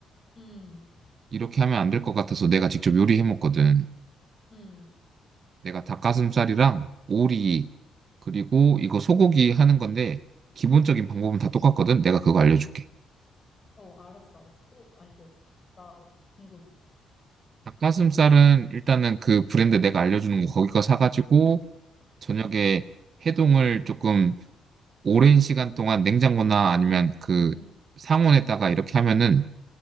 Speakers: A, on the left (about 30°); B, on the right (about 50°).
A: 음,
B: 이렇게 하면 안 될 것 같아서 내가 직접 요리해 먹거든.
A: 음,
B: 내가 닭가슴살이랑 오리 그리고 이거 소고기 하는 건데 기본적인 방법은
A: 음.
B: 다 똑같거든. 내가 그거 알려줄게.
A: 어, 알았어, 알았어. 꼭 알려줘. 나 궁금해.
B: 닭가슴살은 일단은 그 브랜드 내가 알려주는 거 거기 거 사가지고 저녁에
A: 음,
B: 해동을 조금 오랜 시간 동안 냉장고나 아니면 그
A: 음,
B: 상온에다가 이렇게 하면은